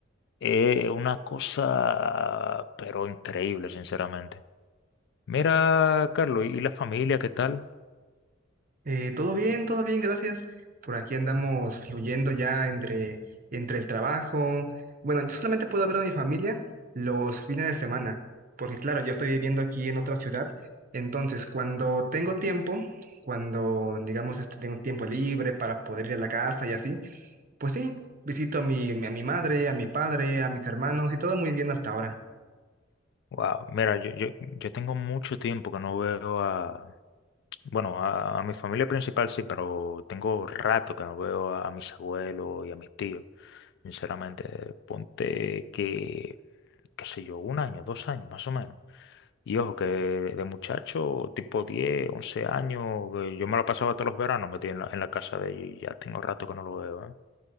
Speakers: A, on the left (about 60°); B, on the right (about 45°).
A: Es una cosa, pero increíble, sinceramente. Mira, Carlos, ¿y la familia qué tal?
B: Eh, todo bien, todo bien, gracias. Por aquí andamos fluyendo ya entre, entre el trabajo. Bueno, yo solamente puedo ver a mi familia los fines de semana, porque claro, yo estoy viviendo aquí en otra ciudad. Entonces, cuando tengo tiempo, cuando digamos este, tengo tiempo libre para poder ir a la casa y así, pues sí, visito a mi, a mi madre, a mi padre, a mis hermanos y todo muy bien hasta ahora.
A: Wow, mira, yo, yo, yo tengo mucho tiempo que no veo a, bueno, a, a mi familia principal sí, pero tengo rato que no veo a, a mis abuelos y a mis tíos. Sinceramente, ponte que, qué sé yo, un año, dos años, más o menos. Y ojo, que de muchacho, tipo 10 11 años, que yo me lo pasaba todos los veranos metido en la, en la casa de ella y ya tengo rato que no lo veo, ¿eh?